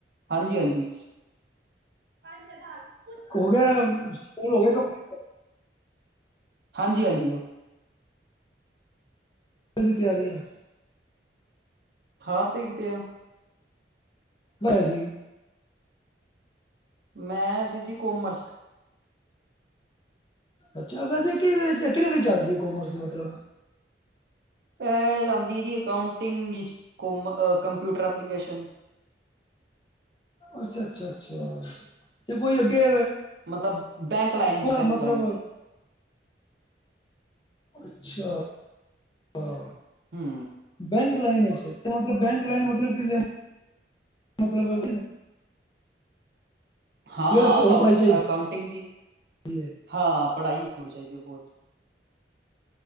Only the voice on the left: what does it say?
ਹੋ ਗਿਆ, ਸਕੂਲ ਹੋ ਗਿਆ ਕਮਪਲੀਟ?
ਦੀ ਤਿਆਰੀ ਐ?
<unintelligible> ਸੀ।
ਅੱਛਾ ਵੈਸੇ ਕਿਦੇ ਵਿੱਚ ਕਿਦੇ ਵਿੱਚ ਆਂਦੀ ਐ ਕੋਮਰਸ ਮਤਲਬ।
ਅੱਛਾ-ਅੱਛਾ-ਅੱਛਿਆ ਤੇ ਕੋਈ ਅੱਗੇ
ਕੋਈ
ਮਤਲਬ
ਅੱਛਾ। ਆ ਓ।
ਬੈਂਕ ਲਾਈਨ ਇੱਚ ਤੇ ਮਤਲਬ ਬੈਂਕ ਲਾਈਨ ਮਤਲਬ ਕਿ, ਮਤਲਬ
ਯਾਰ ਇਸ ਤੇ
ਹੋਰ ਪੜ੍ਹਾਈ ਚਾਹੀਦੀ
ਹੈ